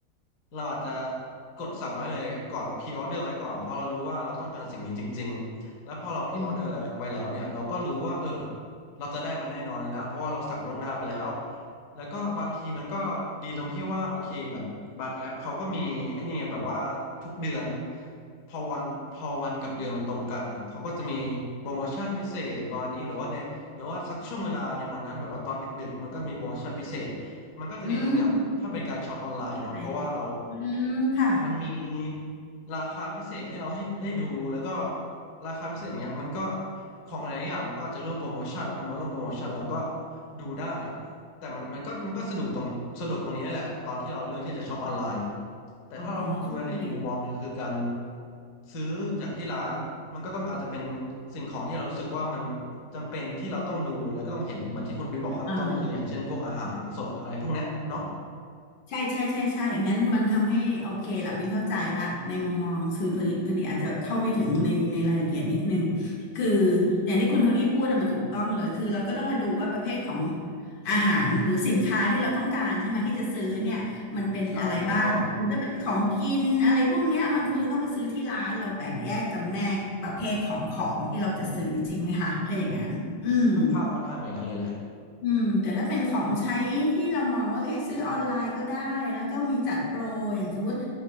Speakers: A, on the left; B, on the left.
A: เราอาจจะกดสั่งไว้เลยก่อนพรีออเดอร์ไว้ก่อนเพราะเรารู้ว่าเราต้องการสิ่งนี้จริงๆแล้วพอเราพรีออเดอร์ไว้แล้วเนี่ยเราก็รู้ว่าเออ
B: อืม
A: เราจะได้มันแน่นอนนะเพราะว่าเราสั่งล่วงหน้าไปแล้ว แล้วก็บางทีมันก็ดีตรงที่ว่าโอเคแบบบางแอปเขาก็มีไอ้นี่ไงแบบว่าทุกเดือนพอวันพอวันกับเดือนมันตรงกันอ่ะเขาก็จะมีโปรโมชั่นพิเศษประมาณนี้หรือว่าในหรือว่าสักช่วงเวลาในวันนั้นแบบว่าตอนดึกๆมันก็มีโปรโมชั่นพิเศษมันก็จะดีตรงเนี้ยถ้าเป็นการช็อปออนไลน์เนาะเพราะว่าเรา
B: อืมใช่อืมค่ะ
A: มันมีราคาพิเศษที่เราให้ได้ดูแล้วก็ราคาพิเศษอย่างเงี้ยมันก็ของหลายๆอย่างมันก็อาจจะร่วมโปรโมชั่นพอมาร่วมโปรโมชั่นเราก็ดูได้ แต่มันมันก็มันก็สะดวกตรงสะดวกตรงนี้แหละตอนที่เราเลือกที่จะช็อปออนไลน์แต่ถ้าเราดูในอีกมุมมองหนึ่งคือการ
B: อ๋อเข้าใจ
A: ซื้อจากที่ร้านมันก็ต้องอาจจะเป็นสิ่งของที่เรารู้สึกว่ามันจำเป็นที่เราต้องดูแล้วก็ต้องเห็นเหมือนที่คุณปิ๊งบอกข้างต้นคืออย่างเช่นพวกอาหารสดอะไรพวกเนี้ยเนาะ
B: อ่า ใช่ใช่ใช่ใช่งั้นมันทำให้โอเคละปิงเข้าใจละในมุมมอง คือพอดีพอดีอาจจะเข้าไม่ถึงในในรายละเอียดนิดนึงคืออย่างที่คุณโทนี่พูดอะมันถูกต้องเลย คือเราก็ต้องมาดูว่าประเภทของอาหารหรือสินค้าที่เราต้องการใช่ไหมที่จะซื้อเนี่ยมันเป็นอะไรบ้างคือถ้าเป็นของกินอะไรพวกเนี้ยมันควรจะต้องไปซื้อที่ร้านเราแบ่งแยกจำแนกประเภทของของที่เราจะซื้อจริงไหมคะถ้าอย่างนั้นอืม
A: ใช่ถูกต้องค่อนข้างค่อนข้างเหมือนกันเลยแหละ
B: อืมแต่ถ้าเป็นของใช้ที่เรามองว่าเอ้ยซื้อออนไลน์ก็ได้แล้วก็มีจัดโปรอย่างสมมติ